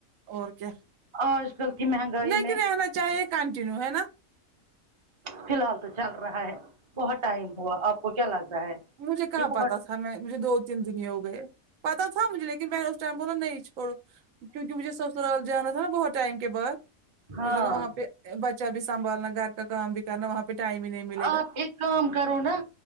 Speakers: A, on the right (about 80°); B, on the right (about 30°).
A: اور کیا
B: آج کل کی مہنگائی
A: لیکن
B: میں
A: رہنا چاہیے کنٹینیو ہے نا
B: فی الحال تو چل رہا ہے بہت ٹائم ہوا آپ کو کیا لگ رہا ہے
A: مجھے کہاں
B: یہ بہت
A: پتہ تھا میں مجھے دو دنیا ہو گئے پتا تھا مجھے لیکن میں اس ٹائم بولا نہیں چھوڑو کیونکہ مجھے س سرال جانا تھا نا بہت ٹائم کے بعد
B: ہاں
A: مجھے لگا وہاں پہ بچہ بھی سنبھالنا گھر کا کام بھی کرنا وہاں پہ ٹائم ہی نہیں ملے گا
B: آپ ایک کام کرو نا